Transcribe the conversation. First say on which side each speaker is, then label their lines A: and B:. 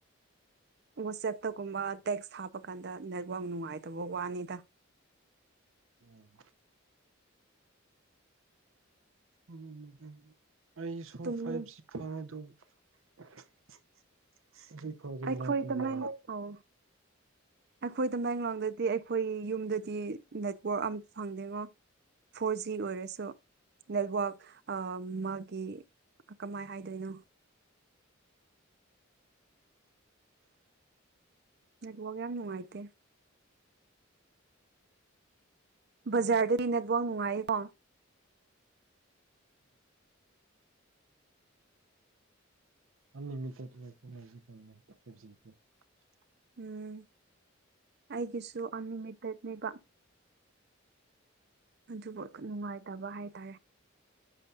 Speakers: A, on the right; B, on the right.
A: ꯋꯥꯆꯦꯞꯇꯒꯨꯝꯕ ꯇꯦꯛꯁ ꯍꯥꯞꯄ ꯀꯥꯟꯗ ꯅꯦꯠꯋꯥꯛ ꯅꯨꯡꯉꯥꯏꯇꯕ ꯋꯥꯅꯤꯗ
B: ꯑꯣꯝ ꯎ ꯑꯩꯁꯣ
A: ꯇꯨꯝꯅꯤꯡ
B: ꯐꯥꯏꯚ ꯁꯤ <unintelligible>
A: ꯑꯩꯈꯣꯏ ꯇꯃꯦꯡ ꯑꯣ ꯑꯩꯈꯣꯏ ꯇꯥꯃꯦꯡꯂꯣꯡꯗꯗꯤ ꯑꯩꯈꯣꯏ ꯌꯨꯝꯗꯗꯤ ꯅꯦꯠꯋꯔꯥꯛ ꯑꯃ ꯐꯪꯗꯦꯉꯣ ꯐꯣꯔ ꯖꯤ ꯑꯣꯏꯔꯁꯨ ꯅꯦꯠꯋꯥꯛ ꯑꯥ ꯃꯥꯒꯤ ꯀꯃꯥꯏ ꯍꯥꯏꯗꯣꯏꯅꯣ ꯅꯦꯠꯋꯥꯛ ꯌꯥꯝ ꯅꯨꯡꯉꯥꯏꯇꯦ ꯕꯥꯖꯥꯔꯗꯗꯤ ꯅꯦꯠꯋꯥꯛ ꯅꯨꯡꯉꯥꯏ ꯀꯣ
B: <unintelligible>
A: ꯎꯝ ꯑꯩꯒꯤꯁꯨ ꯑꯟꯂꯤꯃꯤꯇꯦꯠꯅꯦꯕ ꯃꯕꯨ ꯈ ꯅꯨꯡꯉꯥꯏꯇꯕ ꯍꯥꯏꯇꯥꯔꯦ